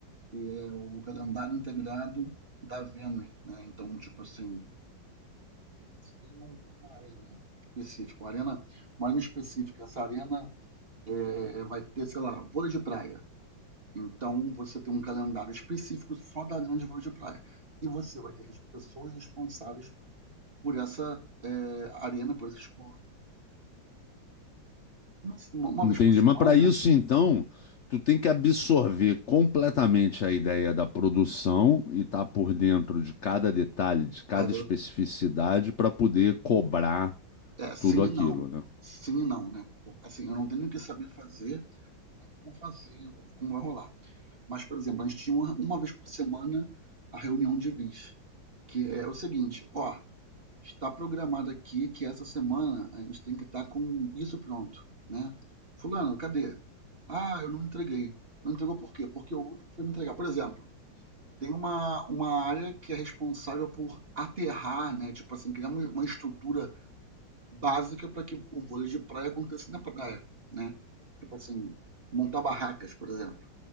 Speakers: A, on the right (about 30°); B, on the left (about 70°).
A: que é o calendário integrado da Venus, né. Então, tipo assim, você tem um uma arena específica, uma arena uma arena específica, essa arena, eh, vai ter, sei lá, vôlei de praia. Então, você tem um calendário específico só da arena de vôlei de praia. E você vai ter as pessoas responsáveis por essa, eh, arena, por esse esporte. Uma sema uma
B: Entendi.
A: vez por semana,
B: Mas para isso, então, tu tem que absorver completamente a ideia da produção e estar por dentro de cada detalhe, de cada
A: cada
B: especificidade, para poder cobrar
A: é, sim
B: tudo aquilo,
A: e não.
B: né?
A: Sim e não, né. Por assim, eu não tenho nem o que saber fazer, nem como fazer, ou como vai rolar. Mas, por exemplo, a gente tinha uma uma vez por semana a reunião de vice, que é o seguinte: "Ó, Está programado aqui que essa semana a gente tem que estar com isso pronto, né? Fulano, cadê? Ah, eu não entreguei. Não entregou por quê? Porque o outro foi me entregar. Por exemplo, tem uma, uma área que é responsável por aterrar, né? Tipo assim, criar uma, uma estrutura básica para que o vôlei de praia aconteça na praia, né? Tipo assim, montar barracas, por exemplo.